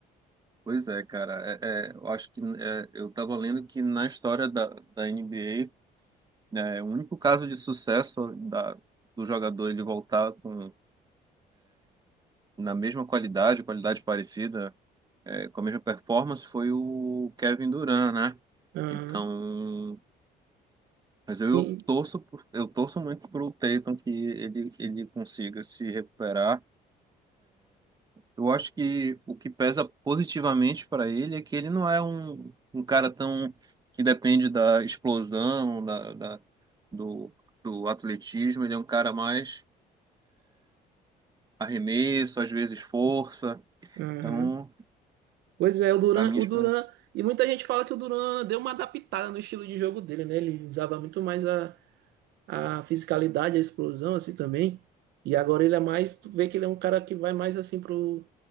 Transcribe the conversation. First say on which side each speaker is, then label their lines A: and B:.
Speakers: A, on the right (about 25°); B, on the right (about 85°).
A: Pois é, cara. É, é, eu acho que é, eu estava lendo que na história da, da NBA, né, o único caso de sucesso da, do jogador ele voltar com, na mesma qualidade, qualidade parecida, é, com a mesma performance, foi o Kevin Durant, né?
B: Aham,
A: Então, mas
B: Sim,
A: eu torço, por- eu torço muito pro Tatum que ele, ele consiga se recuperar Eu acho que o que pesa positivamente para ele é que ele não é um, um cara tão que depende da explosão, da, da- do, do atletismo. Ele é um cara mais arremesso, às vezes força.
B: aham.
A: Então,
B: Pois é, o Duran,
A: a minha
B: o
A: esperança.
B: Duran, e muita gente fala que o Duran deu uma adaptada no estilo de jogo dele, né? Ele usava muito mais a, a fisicalidade, a explosão, assim também. E agora ele é mais, tu vê que ele é um cara que vai mais assim pro,